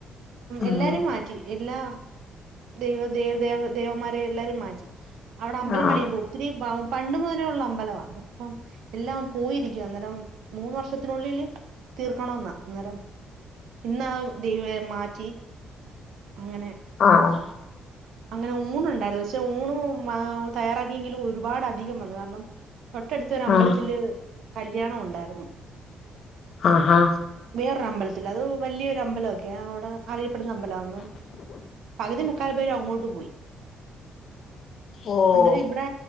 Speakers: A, on the left; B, on the right.
A: ഉം
B: എല്ലാരെയും മാറ്റി എല്ലാ ദൈവവ ദേവ ൈവന്മാരെയ എല്ലാരെയും മാറ്റി അവിടെ അമ്പല
A: ആഹ്
B: മണിയാ പോോ ഒത്തിരി ഭാവം പണ്ടു മുതലേ ഉുള്ള അമ്പലമാണ് ഇപ്പം എല്ലാം പോയിരിക്കുവ അന്നേരം മൂന്ന് വർഷത്തിനുള്ളില് തീർക്കണെന്നാ അന്നേരം ഇന്ന ദൈവ മാറ്റി അങ്ങനെ
A: ആണോ
B: അങ്ങനെ ഊണുണ്ടായിരുന്നു പക്ഷെ ഊണ് തയ്യാറാക്കിയെങ്കിലും ഒരുപാട് അധികം വന്നു കാരണം തൊട്ടടുത്തൊ ഒരു അമ്പലത്തില്
A: ആഹ്
B: കല്യാണം ഉണ്ടായിരുന്നു
A: ആഹാ
B: വേറൊരു അമ്പലത്തി അത് വലിയൊ അമ്പലംൊക്കെ അവിടെ ഇ നമ്പല ഒും പകുതി മുക്കാൽ പേര് അങ്ങോട്ട് പോയി
A: ഓഹ്
B: അന്നേരം ഇവിടെ